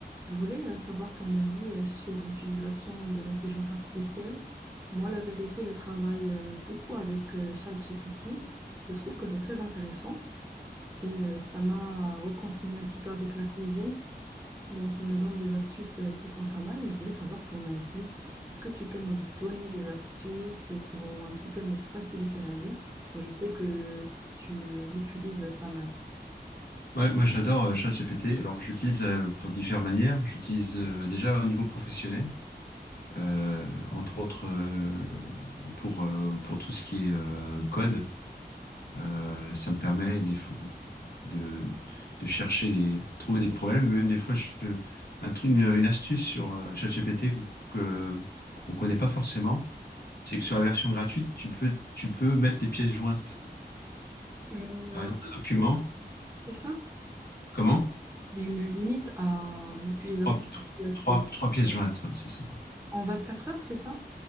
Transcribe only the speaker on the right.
Je voulais euh, savoir ton avis euh, sur l'utilisation de l'intelligence artificielle. Moi, la vérité, je travaille euh, beaucoup avec euh, ChatGPT. Je trouve que c'est très intéressant et euh, ça m'a réconcilié un petit peu avec la cuisine. Donc, il me donne des astuces euh, qui sont pas mal et je voulais savoir ton avis. Est-ce que tu peux me donner des astuces euh, qui vont un petit peu me faciliter la vie? Moi, je sais que tu euh, l'utilises pas mal.
Mais, euh,
c'est ça?
Il y a une limite à l'utilisation
de ce-
en 24 heures, c'est ça?